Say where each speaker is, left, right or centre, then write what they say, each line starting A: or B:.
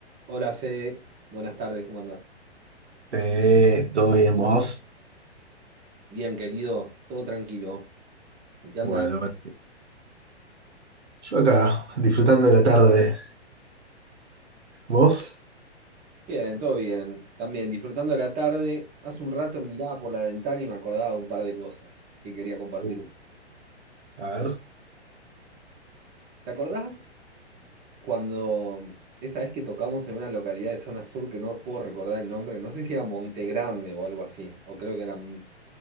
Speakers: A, on the right; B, on the right.
A: Hola Fede, buenas tardes, ¿cómo andás?
B: Eh, ¿todo bien vos?
A: Bien, querido, todo tranquilo. ¿En ¿Qué andás?
B: Bueno, vale. Yo acá, disfrutando de la tarde. ¿Vos?
A: Bien, todo bien. También disfrutando la tarde. Hace un rato miraba por la ventana y me acordaba de un par de cosas que quería compartir.
B: Uh, A ver.
A: ¿Te acordás cuando esa vez que tocamos en una localidad de zona sur que no puedo recordar el nombre? No sé si era Monte Grande o algo así, o creo que era m-